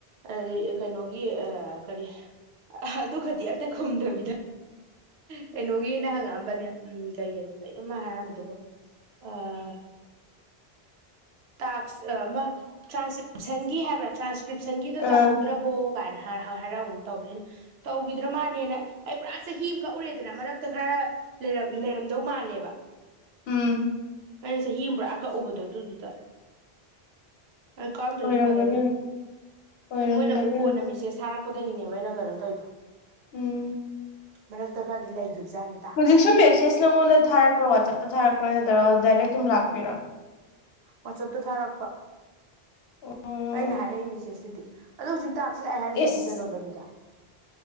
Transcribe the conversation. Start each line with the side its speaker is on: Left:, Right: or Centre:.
Right: ꯑꯗꯤ ꯀꯩꯅꯣꯒꯤ ꯑ ꯀꯔꯤ ꯑ ꯑꯗꯨꯒꯗꯤ ꯑꯝꯇ ꯈꯨꯨꯝꯗꯕꯤꯗ ꯀꯩꯅꯣꯒꯤꯅ ꯍꯪꯉꯛꯑꯝꯕꯅꯦ ꯎꯝ ꯀꯩ ꯀꯩ ꯀꯩꯅꯣ ꯃꯥ ꯍꯥꯏꯔꯝꯕꯗꯨꯕꯨ ꯑꯥ ꯇꯥꯛꯁ ꯑꯃ ꯇꯔꯥꯟꯁꯀꯔꯤꯞ ꯁꯟꯒꯤ ꯍꯥꯏꯕ꯭ꯔꯥ ꯇ꯭ꯔꯥꯟꯁꯀ꯭ꯔꯤꯞꯁꯟꯒꯤꯗꯣ
Left: ꯑꯥ
Right: ꯇꯧꯍꯧꯗ꯭ꯔꯕꯣ ꯀꯥꯏꯅ ꯍꯥꯏ ꯍꯥꯏ ꯍꯥꯔꯛꯑꯝꯒꯨꯝ ꯇꯧꯕꯅꯦ ꯇꯧꯒꯤꯗ꯭ꯔ ꯃꯥꯜꯂꯦꯅ ꯑꯩ ꯄꯨꯔꯥ ꯆꯍꯤ ꯑꯃ ꯀꯛꯎꯔꯦꯗꯅ ꯃꯔꯛꯇ ꯈꯔ ꯂꯩꯔꯝ ꯂꯩꯔꯝꯗꯧ ꯃꯥꯜꯂꯦꯕ
Left: ꯎꯝ
Right: ꯑꯩꯅ ꯆꯍꯤ ꯑꯃ ꯄꯨꯔꯥ ꯀꯛꯎꯕꯗꯣ ꯑꯗꯨꯗꯨꯗ ꯑꯩ ꯀꯛꯑꯝꯗ꯭ꯔꯖꯨ
Left: ꯑꯣꯏꯔꯝꯒꯅꯤ
Right: ꯐꯗꯕꯅꯦ
Left: ꯑꯣꯏꯔꯝꯒꯅꯤ
Right: ꯑ ꯃꯣꯏꯅ ꯑꯃꯨꯛ ꯀꯣꯟꯅ ꯃꯦꯁꯦꯁ ꯊꯔꯛꯄ ꯕꯗꯒꯤꯅꯦꯕ ꯑꯩꯅ ꯀꯩꯅꯣ ꯇꯧꯏꯗꯣ
Left: ꯎꯝ
Right: ꯃꯔꯛꯇ ꯈꯔꯗꯤ ꯂꯩꯈꯤꯕꯖꯥꯠꯅꯤ ꯇꯥꯛꯁ
Left: ꯍꯧꯖꯤꯛ ꯁꯨ ꯃꯦꯁꯦꯁ ꯅꯉꯣꯟꯗ ꯊꯥꯔꯛꯄ꯭ꯔꯣ ꯋꯥꯆꯞꯇ ꯊꯥꯔꯛꯄ꯭ꯔꯥ ꯅꯠꯇ꯭ꯔꯒ ꯗꯥꯏꯔꯦꯛ ꯑꯗꯨꯝ ꯂꯥꯛꯄꯩꯔꯣ
Right: ꯋꯥꯆꯞꯇ ꯊꯥꯔꯛꯄ
Left: ꯎꯝ
Right: ꯑꯩꯅ ꯍꯥꯏꯔꯛꯏ ꯃꯦꯁꯦꯁꯇꯨꯗꯤ ꯑꯗꯣ ꯍꯧꯖꯤꯛ ꯇꯥꯛꯁ ꯂꯥꯛꯑꯦ ꯍꯥꯏꯁꯤꯗꯤ
Left: ꯏꯁ
Right: ꯀꯩꯅꯣꯗꯅꯤꯗ